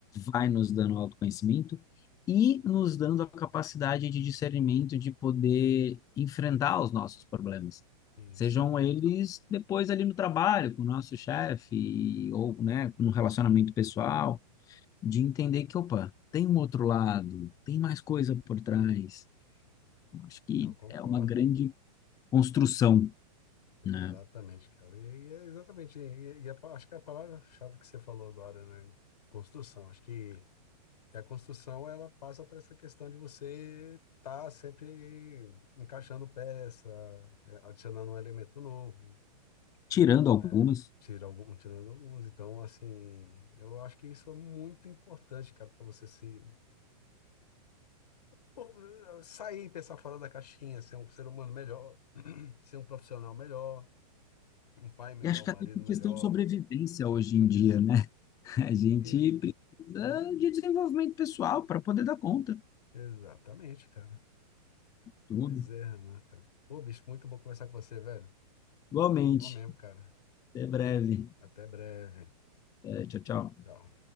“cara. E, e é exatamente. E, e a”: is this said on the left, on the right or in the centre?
Left